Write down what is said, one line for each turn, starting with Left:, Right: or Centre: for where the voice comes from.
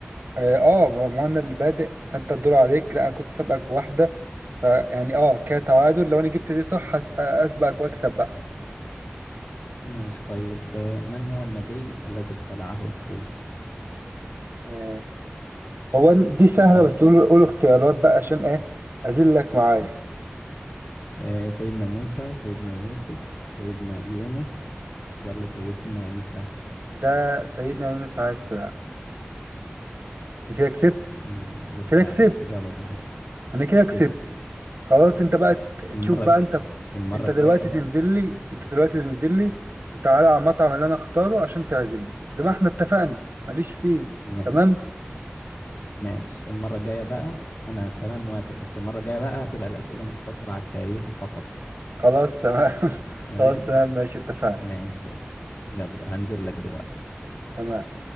Right: اه آه، ما ما انا اللي بادئ فانت الدور عليك لا انا كنت سابقك بواحده فيعني اه كده تعادل لو انا جبت دي صح هس- آه، اسبقك واكسب بقى
Left: ماشي طيب آه، من هو النبي الذي ابتلعه الحوت
Right: آه هو دي سهله
Left: او
Right: بس قول قول اختيارات بقى عشان ايه اذلك معايا
Left: طيب. آه، سيدنا موسى سيدنا يوسف سيدنا يونس ولا سيدنا عيسى
Right: ده سيدنا يونس عليه السلام انا كده كسبت
Left: مم، بالفعل
Right: كده كسبت
Left: إجابة صحيحة
Right: انا كده كسبت
Left: كسب
Right: خلاص انت بقى
Left: اه
Right: ت-
Left: المرة
Right: تشوف بقى
Left: الج...
Right: انت
Left: المرة
Right: انت
Left: الجاية
Right: دلوقتي
Left: بقى
Right: تنزل لي انت دلوقتي تنزل لي وتعالى على المطعم اللي انا اختاره عشان تعزمني زي ما احنا اتفقنا ماليش فيه
Left: ماشي
Right: تمام
Left: ماشي المرة الجاية بقى أنا تمام موافق بس المرة الجاية بقى هتبقى الأسئلة مقتصرة على التاريخ فقط
Right: خلاص تمام <laughs>
Left: تمام
Right: خلاص تمام ماشي اتفقنا
Left: ماشي يلا هنزل لك دلوقتي
Right: تمام